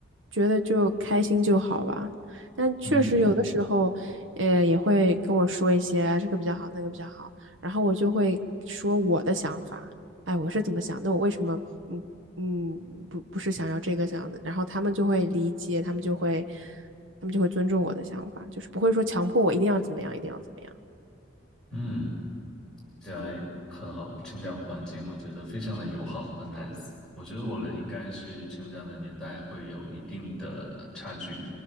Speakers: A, on the right (about 75°); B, in the centre.
A: 觉得就开心就好吧。但确实有的时候，
B: 嗯
A: 呃，也会跟我说一些啊这个比较好，那个比较好，然后我就会说我的想法。哎，我是怎么想？那我为什么嗯嗯不不是想要这个想的？然后他们就会理解，他们就会他们就会尊重我的想法，就是不会说强迫我一定要怎么样，一定要怎么样。
B: 嗯。起来很好，成长环境我觉得非常的友好和 nice。我觉得我们应该是成长的年代会有一定的差距，